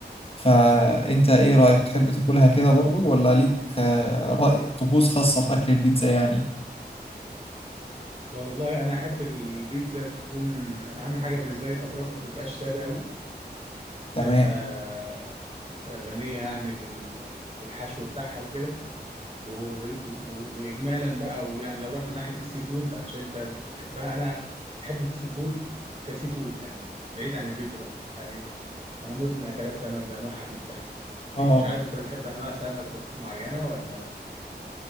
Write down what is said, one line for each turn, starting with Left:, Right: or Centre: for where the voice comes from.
Left: فانت ايه رأيك تحب تاكلها كده برضو ولا ليك آه، رأي طقوس خاصة في اكل البيتزا يعني
Right: والله انا احب البيتزا تكون اهم حاجه بالنسبه لي الاطراف ما تبقاش ساده قوي
Left: تمام
Right: تبقى آه، غنيه يعني بال- بالحشو بتاعها وكده وب- و- واجمالا بقى ويعني لو رحنا ناحيه السي فود عشان انت بتحبها انا بحب السي فود كسي فود يعني بعيد عن البيتزا بقى يعني انا مدمن اكلات سمك بانواعها المختلفه في
Left: اه
Right: مش عارف انت بتحب انواع سمك مخ- معينه ولا